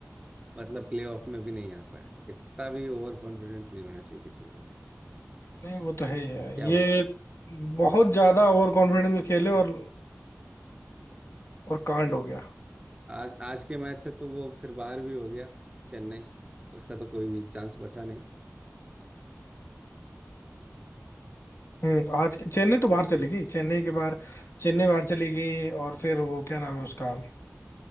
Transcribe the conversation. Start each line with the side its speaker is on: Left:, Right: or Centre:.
Right: मतलब प्ले ऑफ में भी नहीं आ पाया इतना भी ओवर कॉन्फिडेंट नहीं होना चाहिए किसी को
Left: नहीं वो तो है ही है
Right: क्या
Left: ये
Right: बोलते हैं
Left: बहुत ज्यादा ओवर कॉन्फिडेंस में खेले और और कांड हो गया
Right: आज आज के मैच से तो वो फिर बाहर भी हो गया चेन्नई उसका तो कोई चांस बचा नहीं
Left: हम्म आज चेन्नई तो बाहर चली गई चेन्नई के बाहर चेन्नई बाहर चली गई और फिर वो क्या नाम है उसका